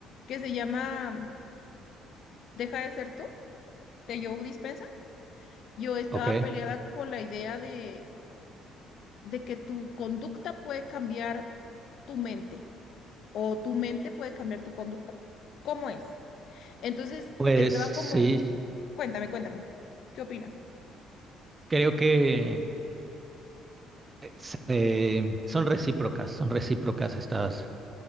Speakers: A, on the left (about 60°); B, on the right (about 25°).
A: que se llama Deja de ser tú, de Joe Dispensa Yo estaba
B: Ok.
A: peleada con la idea de, de que tu conducta puede cambiar tu mente. o tu mente puede cambiar tu conducta. ¿Cómo es? Entonces,
B: Pues
A: estaba
B: sí,
A: como, cuéntame, cuéntame, ¿qué opinas?
B: creo que se- son recíprocas, son recíprocas estas,